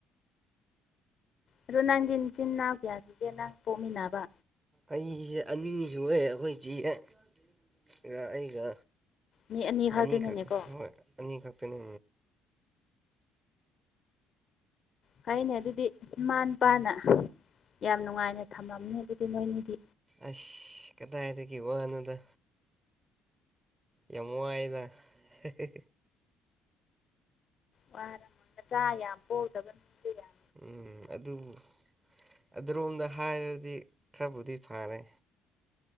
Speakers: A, on the left; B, on the right.
A: ꯑꯗꯣ ꯅꯪꯒꯤ ꯅꯆꯤꯟꯅꯥꯎ ꯀꯌꯥꯁꯨꯒꯦ ꯅꯪ ꯄꯣꯛꯃꯤꯟꯅꯕ꯫
B: ꯑꯩꯁꯦ ꯑꯅꯤ ꯁꯨꯏꯌꯦ ꯑꯩꯈꯣꯏ ꯏꯆꯦꯒ ꯑꯩꯒ
A: ꯃꯤ ꯈꯛꯇꯅꯤꯅꯦꯀꯣ
B: ꯑꯅꯤ ꯈꯛ ꯍꯣꯏ ꯑꯅꯤ ꯈꯛꯇꯪ꯫
A: ꯐꯩꯅꯦ ꯑꯗꯨꯗꯤ ꯏꯃꯥ ꯄꯥꯅ ꯌꯥꯝ ꯅꯨꯡꯉꯥꯏꯅ ꯊꯝꯅꯝꯅꯤ ꯑꯗꯨꯗꯤ ꯅꯣꯏꯅꯤꯗꯤ
B: ꯑꯁ ꯀꯗꯥꯏꯗꯒꯤ ꯋꯥꯅꯣꯗ꯫ ꯌꯥꯝ ꯋꯥꯏꯌꯦꯗ ꯍꯦꯍꯦ꯫
A: ꯋꯥꯔꯝꯃ‌ꯣꯏ ꯃꯆꯥ ꯌꯥꯝ ꯄꯣꯛꯇꯕ ꯏꯅꯨꯡꯁ‌ꯦ
B: ꯎꯝ ꯑꯗꯨꯕꯨ ꯑꯗ‌ꯣꯝꯗ ꯍꯥꯏꯔꯗꯤ ꯈꯔꯕꯨꯗꯤ ꯐꯔꯦ